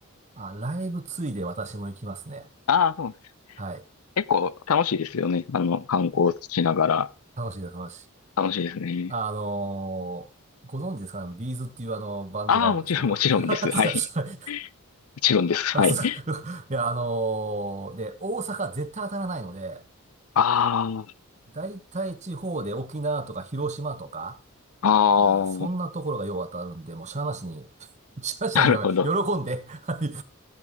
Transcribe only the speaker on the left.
ああ、そうです。
結構楽しいですよね。あの、観光しながら
楽しいですね。
ああ、もちろん、もちろんです。
はい。
もちろんです。
はい。
あ
あ、ああ、
なるほど。